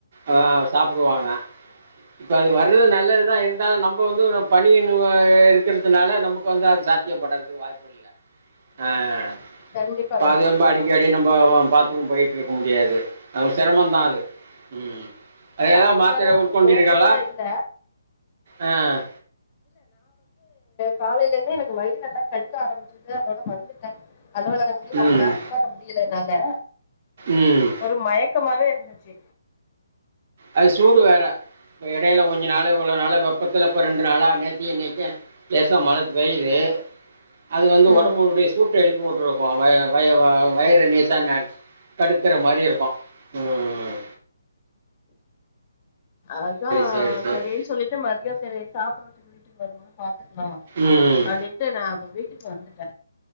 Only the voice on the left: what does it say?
கண்டிப்பா
கண்டிப்பா
இல்ல
அந்த
அளவுக்கு
மோசமா இல்ல
காலேல இருந்து எனக்கு வயிர் எல்லா கடுக்க ஆரமிச்சிர்து அதோட வந்துட்ட அலுவலகத்லியு ரொம்ப
நேரோ உக்கார முடியல என்னால
ஒரு மயக்கமாவே இருந்துச்சு
ம்
அதா
சரின் சொல்லிட்டு மதிய சரி சாப்புட்ற <unintelligible> வீட்டுக்கு வருமோது பாத்துட் நா
அப்டின்ட்டு நா அப்போ வீ ச் வந்துட்ட